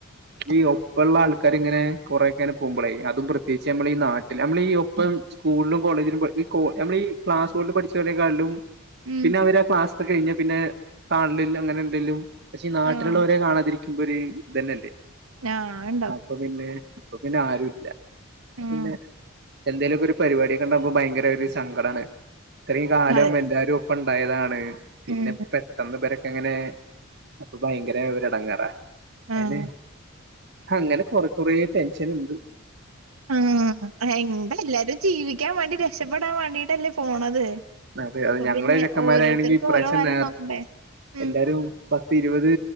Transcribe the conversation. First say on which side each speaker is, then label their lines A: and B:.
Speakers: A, on the right; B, on the right.
A: ഈ ഒപ്പള്ള ആൾക്കാ ഇങ്ങനെ കൊറെക്കെനെ പോകുമ്പോളേ അതും പ്രത്യേകിച്ച് നമ്മൾ ഈ നാട്ടില് നമ്മളീ ഒപ്പം സ്കൂൾലും കോളേജിലും പഠിപ്പിക്കോ നമ്മള്ഈ ക്ലാസോൾപഠിചവ രെക്കാൾലും
B: ഉം
A: പിന്നവരെ ക്ലാസ്. ത് കഴിഞ്ഞാപിന്നെ കാൺലില്ലാ അങ്ങനെന്തെലും പ ക്ഷെ ഈ നാട്ടിലുള്ളേരെ
B: ആഹ്
A: കാണാതിരി മുമ്പൊര് ഇതന്നെല്ലേ
B: ഞാ.. ആ.. ണ്ടാവും
A: അപ്പൊ പിന്നെ, പ്പ പിന്നെ ആരുല്ല
B: ഉം
A: പിന്നെ. എന്തേലൊ ക്കെ ഒരു പരിപാടിയെക്കെണ്ടാകുമ്പൊ ഭയങ്കര ഒരു സ ങ്കടാണ്. ഇത്രയും കാലം
B: അതെ
A: എല്ലാരും. ഇണ്ടായതാണ് പിന്നെ
B: ഉം
A: പെട്ടെന്ന് മ്പരൊക്കെ ങ്ങനെ അപ്പൊ ഭയങ്കര ഒരെടങ്ങെറാ
B: ആഹ്
A: അയ്ന് അങ്ങനെ കൊറെ കുറേ ടെൻഷൻണ്ട്
B: ആഹ്, ഹയ്ന്റെ ല്ലാരും. ജീവിക്കാൻ വേണ്ടി, രക്ഷപ്പെടാൻ വേണ്ടീട്ടല്ലേ, പോണത്.
A: അതെ അത്
B: അപ്പൊ
A: ഞങ്ങളെ
B: പിന്നെ
A: ചെക്കന്മാരായാണെങ്കി
B: ഓരോരുത്തർക്കും
A: ഇപ്രാവശ്യം
B: ഓരോ കാര്യം
A: നേർ
B: നോക്കണ്ടേ ഉം
A: എല്ലാരും പത്ത് ഇരുപത്